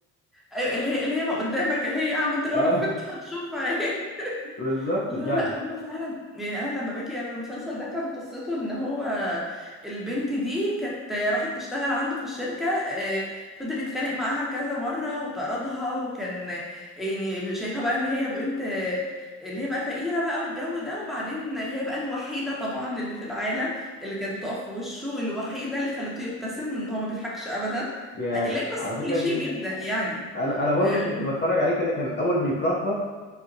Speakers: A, in the centre; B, on the left.
A: ايوه اللي هي اللي هي ما قدامك اهي يا عم انت لو
B: اه
A: نفذت <laughs> هتشوفها اهي
B: <laughs> بالظبط
A: لا
B: فعلا
A: لا هما فعلا يعني انا لما باجي انا المسلسل ده كان قصته ان هو البنت دي كانت راحت تشتغل عنده في الشركه آه، فضل يتخانق معاها كذا مره وطردها وكان آه، يعني شايفها بقى ان هي بنت آه، اللي هي بقى فقيره بقى والجو ده وبعدين هي بقى الوحيده طبعا اللي في العالم اللي كانت بتقف في وشه والوحيده اللي خلته يبتسم ان هو ما بيضحكش ابدا
B: يا
A: آه، اللي هي قصه
B: على فكره
A: كليشيه
B: انت
A: جدا يعني
B: انا انا برضو
A: آه،
B: كنت بتفرج عليه كده كان الاول بيكرهها